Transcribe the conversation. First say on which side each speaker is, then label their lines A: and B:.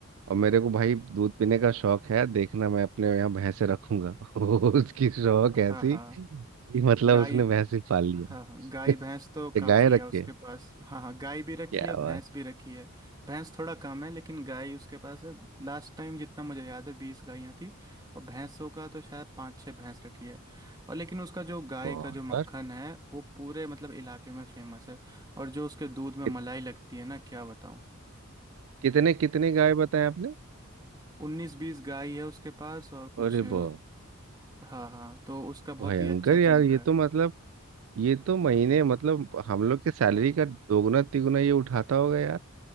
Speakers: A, on the right; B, on the right.
A: और मेरे को भाई दूध पीने का शौक है देखना मैं अपने यहाँ भैंसे रखूंगा <laughs> वो उसकी शौक
B: हाँ
A: ऐसी
B: हाँ
A: कि मतलब
B: गाय
A: उसने भैंसे पाल लिया
B: हाँ हाँ गाय
A: <laughs>
B: भैंस तो
A: ये
B: काफ़ी
A: गाय रख
B: है उसके
A: के
B: पास हाँ हाँ गाय भी रखी
A: क्या
B: है भैंस
A: बात
B: भी रखी है भैंस थोड़ा कम है लेकिन गाय उसके पास है लास्ट टाइम जितना मुझे याद है बीस गायें थी और भैंसों का तो शायद पाँच छः भैंस रखी है और लेकिन उसका जो गाय
A: बहुत
B: का जो मक्खन
A: यार
B: है वो पूरे मतलब इलाके में फेमस है और जो उसके दूध में
A: कित-
B: मलाई लगती है ना क्या बताऊँ
A: कितने कितने गाय बताए आपने
B: उन्नीस बीस गाय है उसके पास और कुछ
A: अरे
B: अ,
A: बहुत
B: हाँ हाँ तो उसका बहुत
A: भयंकर
B: ही अच्छा चल
A: यार
B: रहा
A: ये
B: है
A: तो मतलब ये तो महीने मतलब हम लोग के सैलरी का दोगुना तिगुना ये उठाता होगा यार